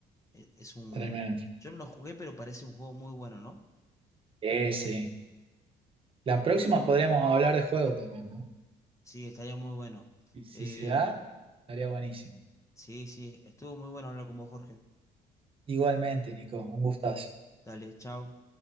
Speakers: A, on the left (about 20°); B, on the right (about 30°).
A: e- es un...
B: Tremendo.
A: Yo no lo jugué, pero parece un juego muy bueno, ¿no?
B: Sí, sí. La próxima
A: Eh,
B: podríamos hablar de juego también, ¿no?
A: sí, estaría muy bueno.
B: Y si
A: Eh,
B: se da, estaría buenísimo.
A: sí, sí, estuvo muy bueno hablar con vos, Jorge.
B: Igualmente, Nico, un gustazo.
A: Dale, chao.